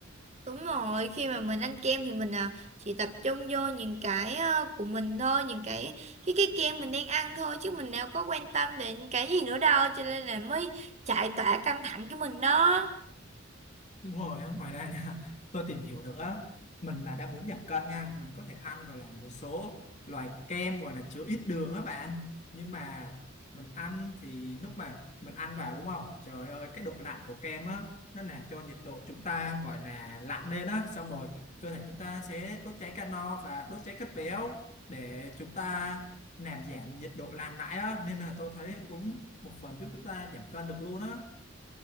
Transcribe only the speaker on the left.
Đúng rồi, á, ngoài ra nha, tôi tìm hiểu được á, mình mà đã muốn giảm cân nha, mình có thể ăn gọi là một số loại kem gọi là chứa ít đường á bạn. Nhưng mà mình ăn thì lúc mà mình ăn vào đúng không? Trời ơi, cái độ lạnh của kem á, nó làm cho nhiệt độ chúng ta gọi là lạnh lên á, xong rồi cơ thể chúng ta sẽ đốt cháy calo và đốt cháy chất béo để chúng ta làm giảm nhiệt độ lạnh lại á, nên là tôi thấy cũng một phần giúp chúng ta giảm cân được luôn á.